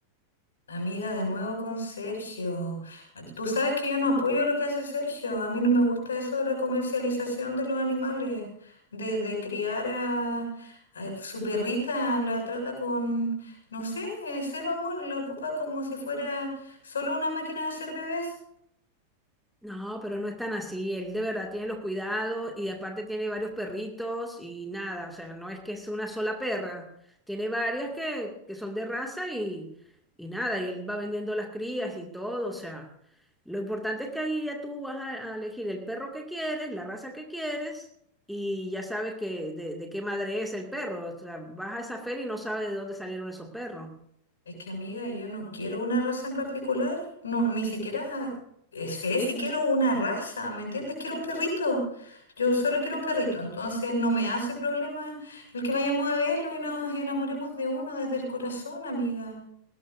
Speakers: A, on the left; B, in the centre.
A: Amiga, de nuevo con Sergio. Ah, Tú sabes que yo no apoyo lo que hace Sergio. A mí no me gusta eso de la comercialización de los animales, de, de criar a, a su perrita, la trata con, no sé, eh, cero amor, la ocupa como si fuera solo una máquina de hacer bebés.
B: No, pero no es tan así. Él de verdad tiene los cuidados y aparte tiene varios perritos y nada, o sea, no es que es una sola perra. Tiene varias que, que son de raza y, y nada, y él va vendiendo las crías y todo, o sea, lo importante es que ahí ya tú vas a, a elegir el perro que quieres, la raza que quieres y ya sabes que de, de qué madre es el perro. O sea, vas a esa feria y no sabes de dónde salieron esos perros.
A: Es que amiga, yo no quiero una raza en particular. No, ni siquiera eh, sé si quiero una raza, ¿me entiendes? Quiero un perrito. Yo solo quiero un perrito. Entonces no me hace problema el que vayamos a verlo y nos enamoremos de uno desde el corazón, amiga.